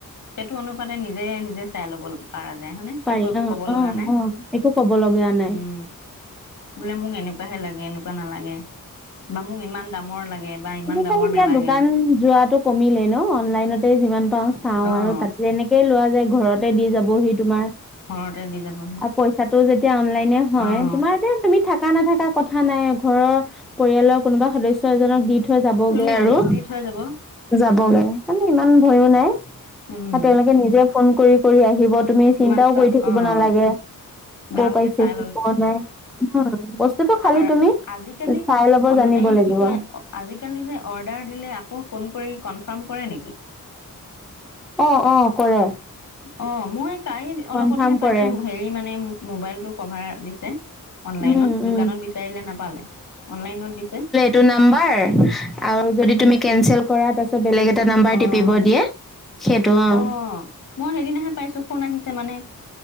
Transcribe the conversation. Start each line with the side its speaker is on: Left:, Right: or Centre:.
Left: সেইটো অনুপাতে নিজে নিজে চাই ল'ব পাৰা যায় হয়নে কাকো
Centre: পাৰি
Left: একো
Centre: অ
Left: কব
Centre: অ
Left: লগা নাই
Centre: অ একো ক'ব লগা নাই
Left: উম বোলে মোক এনেকুৱাহে লাগে এনেকুৱা নালাগে বা মোক ইমান দামৰ লাগে বা ইমান দামৰ
Centre: খালি এতিয়া
Left: নালাগে
Centre: দোকান যোৱাটো কমিলে ন অনলাইনতে যিমান পাওঁ চাওঁ
Left: অ
Centre: আৰু তাতে এনেকেই লোৱা যায় ঘৰতে দি যাবহি তোমাৰ
Left: ঘৰতে দি যাবহি
Centre: আৰু পইচাটো যেতিয়া অনলাইনে হয়
Left: অ'।
Centre: তোমাৰ এ তুমি থাকা নাথাকা কথা নাই ঘৰৰ পৰিয়ালৰ কোনোবা সদস্য এজনক দি থৈ যাবগৈ
Left: অ',
Centre: আৰু
Left: দি থৈ যাব
Centre: যাবগৈ মানে ইমান ভয়ো নাই
Left: উম,
Centre: আৰু তেওঁলোকে নিজে ফোন কৰি কৰি আহিব তুমি চিন্তাও
Left: মাত্ৰ
Centre: কৰি থাকিব
Left: অ',
Centre: নালাগে কৰ
Left: ভালকে
Centre: পাইছেহি
Left: চাই
Centre: কৰ নাই বস্তুটো খালি
Left: আ
Centre: তুমি
Left: আজিকালি
Centre: চাই ল'ব
Left: অন
Centre: জানিব
Left: এই
Centre: লাগিব
Left: কি কয় আজিকালি যে অৰ্ডাৰ দিলে আকৌ ফোন কৰি কনফাৰ্ম কৰে নেকি?
Centre: অঁ অঁ কৰে।
Left: অঁ, মই কাই অলপতেহে
Centre: কনফাৰ্ম
Left: পাইছো
Centre: কৰে
Left: হেৰি মোবাইলটো কভাৰ দিছে। অনলাইনত
Centre: উম উম
Left: দোকানত বিচাৰিলে নাপালে, অনলাইনত দিছে।
Centre: টো নাম্বাৰ আৰু যদি তুমি কেনচেল কৰা তাৰপাছত বেলেগ এ টা নাম্বাৰ
Left: অ',
Centre: টিপিব দিয়ে, সেইটো অঁ।
Left: অ'। মই সেইদিনাহে পাইছো ফোন আহিছে মানে